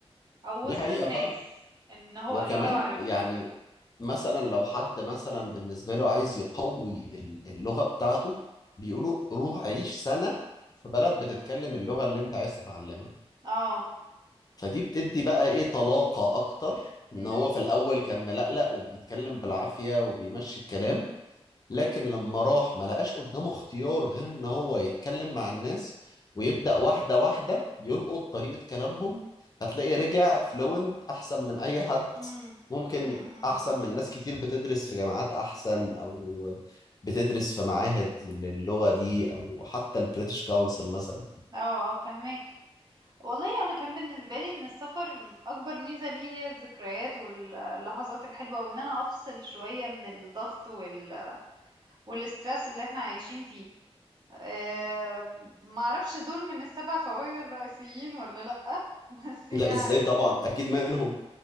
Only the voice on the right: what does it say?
او
وسط
الناس
ان هو
اللي هو عارفهم
اه
امم
امم
امم
اه اه فهمك والله انا كان بالنسبه لي ان السفر اكبر ميزه ليه هي الذكريات واللحظات الحلوه وان انا افصل شويه من الضغط وال... والاسترس اللي احنا عايشين فيه أه ما اعرفش دول من السبع فوائد الرئيسيين ولا لأ <laughs> بس يعني